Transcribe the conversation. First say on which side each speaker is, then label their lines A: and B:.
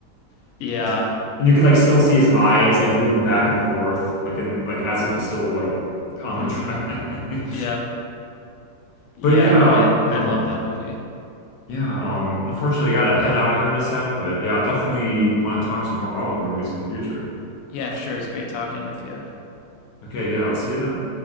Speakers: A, on the left; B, on the left.
A: <laughs>
B: Yeah.
A: and you could like still see his eyes like moving back and forth, like in like as if he's still like on
B: Mm-hmm.
A: the track. <laughs>
B: Yeah. Yeah,
A: But yeah,
B: no, I
A: um,
B: I love that movie.
A: yeah, um, unfortunately, I gotta head out here in a sec. But yeah, i definitely want to talk some more Marvel movies in the future.
B: Yeah, sure. It's great talking with you.
A: Okay, yeah, I'll see you then.